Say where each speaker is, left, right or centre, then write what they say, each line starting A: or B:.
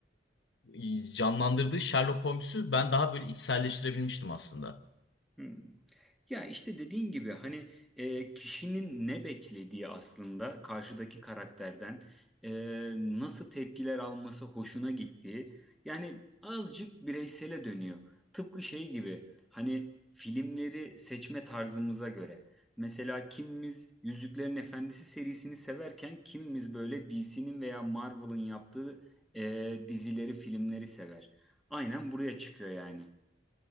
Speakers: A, on the left; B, in the centre.
A: e, canlandırdığı Sherlock Holmes'u ben daha böyle içselleştirebilmiştim aslında.
B: Hmm. Ya işte dediğin gibi hani e, kişinin ne beklediği aslında karşıdaki karakterden e, nasıl tepkiler alması hoşuna gittiği yani azıcık bireysele dönüyor. Tıpkı şey gibi hani filmleri seçme tarzımıza göre. Mesela kimimiz Yüzüklerin Efendisi serisini severken kimimiz böyle DC'nin veya Marvel'ın yaptığı e, dizileri, filmleri sever. Aynen buraya çıkıyor yani.